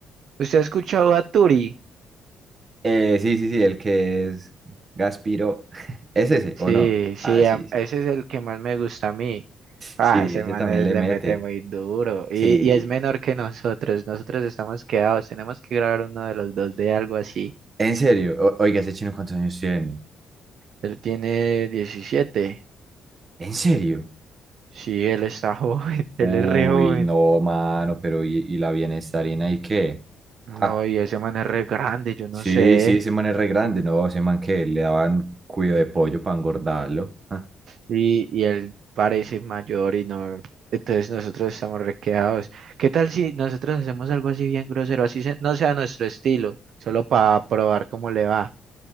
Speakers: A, on the right; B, on the right.
A: ¿Usted ha escuchado a Turi?
B: Eh, sí, sí, sí, el que es Gaspiro, <laughs> ¿es ese
A: Sí,
B: o no?
A: sí,
B: Ah, sí,
A: a-
B: sí.
A: ese es el que más me gusta a mí. Ah,
B: Sí,
A: ese
B: ese
A: man
B: también
A: es-
B: le
A: le
B: mete.
A: mete muy duro. Y,
B: Sí.
A: y es menor que nosotros. Nosotros estamos quedados. Tenemos que grabar uno de los dos de algo así.
B: En serio, O- oiga, ese chino cuántos años tiene.
A: Él tiene 17.
B: ¿En serio?
A: Sí, él está joven. <laughs>
B: Uy,
A: Él es re joven.
B: no, mano, pero ¿y, y la bienestarina y qué?
A: No,
B: Ja,
A: y ese man es re grande, yo
B: sí,
A: no sé.
B: sí, ese man es re grande, no, ese man que le daban cuido de pollo para engordarlo. ja.
A: Y, y él parece mayor y no. Entonces nosotros estamos re quedados. ¿Qué tal si nosotros hacemos algo así bien grosero? Así se- no sea nuestro estilo, solo para probar cómo le va.